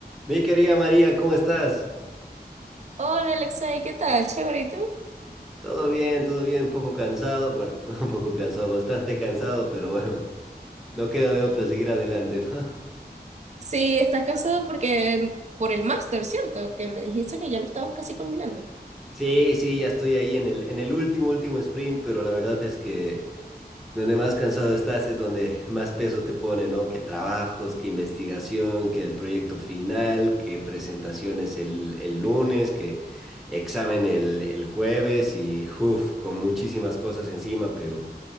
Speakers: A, in the centre; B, on the right (about 45°).
A: Mi querida María, ¿cómo estás?
B: Hola Alexei, ¿qué tal? Chévere, ¿y tú?
A: Todo bien, todo bien, un poco cansado, bueno, <laughs> un poco cansado, bastante cansado, pero bueno, no queda de otra seguir adelante, ¿no? <laughs>
B: Sí, estás cansado porque por el máster, ¿cierto? Que me dijiste que ya lo estabas casi culminando.
A: Sí, sí, ya estoy ahí en el, en el último, último sprint, pero la verdad es que donde más cansado estás es donde más peso te pone, ¿no? Que trabajos, que investigación, que el proyecto final, que presentaciones el, el lunes, que examen el, el jueves y, uff, con muchísimas cosas encima, pero